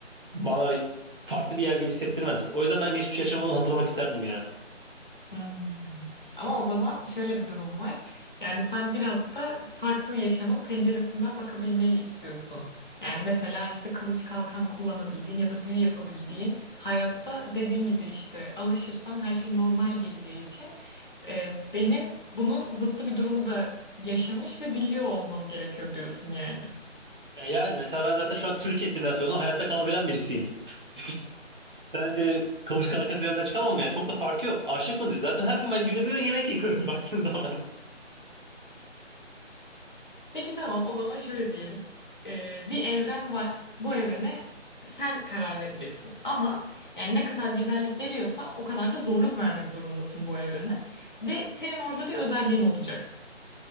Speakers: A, on the right (about 45°); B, on the left (about 40°).
A: bana farklı bir yer gibi hissettirmez. O yüzden ben geçmiş yaşamımı hatırlamak isterdim ya.
B: Hmm. Ama o zaman şöyle bir durum var. Yani sen biraz da farklı yaşamın penceresinden bakabilmeyi istiyorsun. Yani mesela işte kılıç kalkan kullanabildiğin ya da büyü yapabildiğin hayatta dediğin gibi işte alışırsan her şey normal geleceği için e, benim bunun zıttı bir durumu da yaşamış ve biliyor olmam gerekiyor diyorsun yani.
A: E yani mesela ben zaten şu an Türkiye simülasyonunda hayatta kalabilen birisiyim. <laughs> Sence kılıç kalkan teorinden çıkamam mı ya? Çok da farkı yok. Aşık mı diye. Zaten her gün ben günde bir öğün yemek yiyorum <laughs> baktığın zaman.
B: Peki tamam o zaman şöyle diyelim. Ee, bir evren var. Bu evrene sen karar vereceksin. Ama yani ne kadar güzellik veriyorsan o kadar da zorluk vermek zorundasın bu evrene. Ve senin orada bir özelliğin olacak.